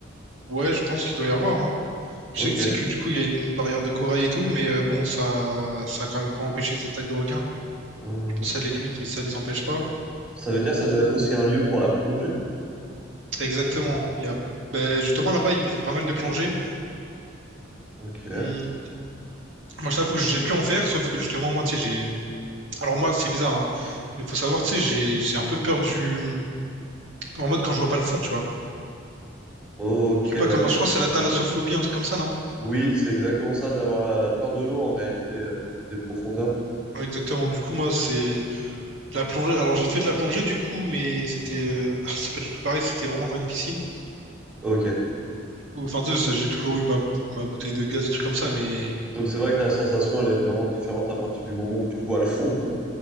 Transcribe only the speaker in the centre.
Ok.
Hmm.
Ça veut dire que ça doit être aussi un lieu pour la plongée?
Ok.
Ok,
d'accord.
Oui, c'est exactement ça, d'avoir la peur de l'eau en réalité euh, et des profondeurs.
Ok.
Donc c'est vrai que la sensation, elle est vraiment différente à partir du moment où tu vois le fond, quoi.